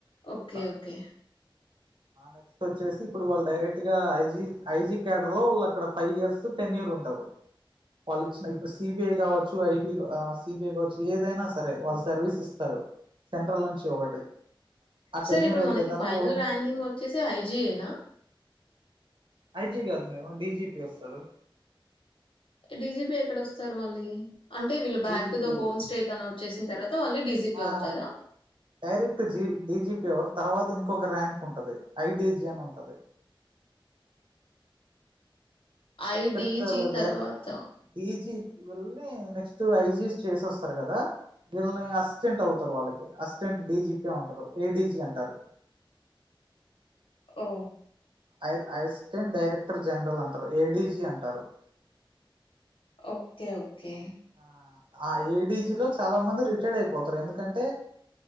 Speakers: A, on the left (about 75°); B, on the right (about 65°).
A: ఓకే
B: అట్లా
A: ఓకే
B: నెక్స్ట్ వచ్చేసి ఇప్పుడు వాళ్ళు డైరెక్ట్ గా ఐజీ ఐజీ కడర్ లో వాళ్ళు అక్కడ ఫైవ్ ఇయర్స్ టెన్ ఇయర్ ఉంటది వాళ్ళ ఇచ్చిన సిబిఐ కావచ్చు ఐబి సిబిఐ కావచ్చు ఏదైనా సరే వాళ్ళు సర్వీస్ ఇస్తారు సెంట్రల్ నుంచి ఒకటి ఆ
A: సార్
B: టెన్యూర్
A: ఇప్పుడు
B: అయిపోయిన
A: మనకి
B: తర్వాత
A: ఫైనల్
B: ఓన్
A: ర్యాంకింగ్ వచ్చేసి ఐజిఐనా
B: ఐజీ కాదు మేము డీజిపీ వస్తారు
A: డీజిపీ ఎక్కడ వస్తారు మళ్ళీ అంటే వీళ్ళు back
B: DGP
A: to the home state అని వచ్చేసిన తర్వాత వాళ్ళీ డీజిపీ
B: ఆ
A: అవుతారా
B: డైరెక్ట్ జీ డీజీపీ ఎవరు తర్వాత ఇంకొక ర్యాంక్ ఉంటది ఐడజియన్ ఉంటది ఇన్స్పెక్టర్
A: ఐడీజీ తర్వాత.
B: డై డిజిపీ వెళ్ నెక్స్ట్ ఐజిఎస్ చేసి వస్తారు కదా వీళ్ళని అసిస్టెంట్ అవుతారు వాళ్ళకి అసిస్టెంట్ డీజిపీ ఉంటారు ఏడీజి అంటారు
A: ఓ
B: అజ్ అసిస్టెంట్ డైరెక్టర్ జనరల్ అంటారు ఏడీజీ అంటారు
A: ఓకే ఓకే
B: ఆ ఆ ఏడజీ లో చాలా మంది రిటైర్డ్ అయిపోతారు ఎందుకంటే